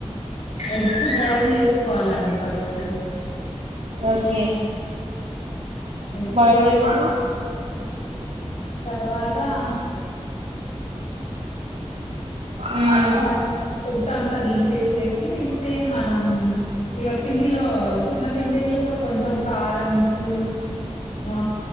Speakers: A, on the left; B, on the right.
A: ఎగ్స్ బాయిల్ చేసుకోవాలండి first
B: okay
A: egg
B: boil
A: boil
B: చే
A: చేసిన తర్వాత ఆ <unintelligible>
B: ఉమ్
A: తీసేసేసి సేమ్ మనం ఇగ పిండిలో శనగపిండిలో కొంచెం కారం ఉప్పు ఆ